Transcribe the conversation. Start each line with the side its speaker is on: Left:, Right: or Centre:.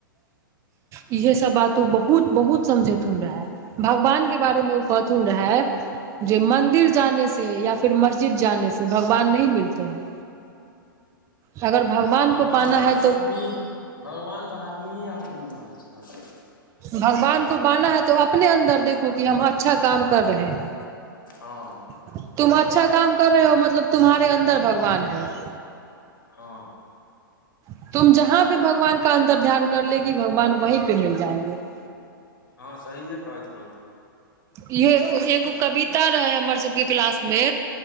Right: इहे सब बात बहुत बहुत समझैतहुन रहै। भगवान के बारे मे ओ कहथुन रहै जे मंन्दिर जाने से या फिर मस्जिद जाने से भगवान नही मिलते है। अगर
Left: हँ
Right: को
Left: भगवान
Right: पाना है
Left: सऽ आदमी
Right: तो
Left: भगवान सऽ आदमीए आदमी मे होइ छै।
Right: भगवान को बाना है तो अपने अन्दर देखो कि हम अच्छा काम कर रहे है।
Left: हं।
Right: <unintelligible>
Left: हँ-
Right: <unintelligible>
Left: हँ सहिए कहत रहौत।
Right: इहे ए- एगो कवीता रहय हमर सबके क्लास मे,